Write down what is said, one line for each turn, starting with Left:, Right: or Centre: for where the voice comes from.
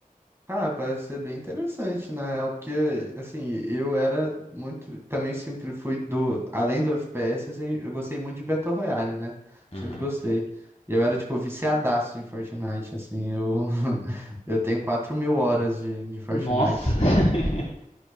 Right: Cara, parece ser bem interessante, na real, porque, assim, eu era muito. Também sempre fui do. Além do FPS, assim, eu gostei muito de Battle Royale, né? Sempre
Left: Uhum.
Right: gostei. Eu era, tipo, viciadaço em Fortnite, assim. Eu, <laughs> eu tenho 4 mil horas de, de Fortnite.
Left: Nossa! <laughs>